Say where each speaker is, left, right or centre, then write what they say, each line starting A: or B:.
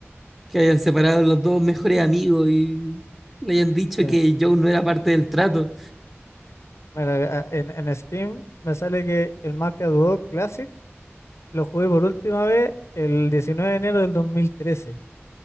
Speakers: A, in the centre; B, on the left.
A: Que hayan separado los dos mejores amigos y le hayan dicho
B: Sí.
A: que Joe no era parte del trato.
B: Bueno, a- en, en Steam me sale que el Mafia 2 Classic lo jugué por última vez el 19 de enero del 2013.